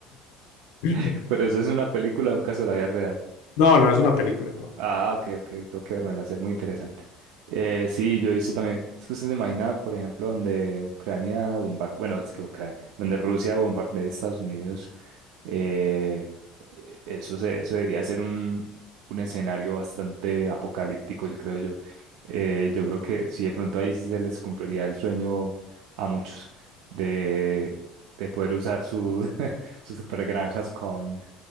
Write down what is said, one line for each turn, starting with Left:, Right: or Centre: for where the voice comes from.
Left: Mm.
Right: <laughs> Pero eso es una película, un caso de la vida real.
Left: No, no, es una película. es una
Right: Ah, ok, ok, tengo que verme la sé, muy interesante. Eh, sí, yo he visto también, es que usted se imagina, por ejemplo, donde Ucrania bombardea, bueno, es que Ucrania, donde Rusia bombardea a Estados Unidos, eh, eh, eso, se, eso debería ser un, un escenario bastante apocalíptico, yo creo yo. Eh, yo creo que sí, de pronto ahí sí se les cumpliría el sueño a muchos de, de poder usar su, <laughs> sus supergranjas con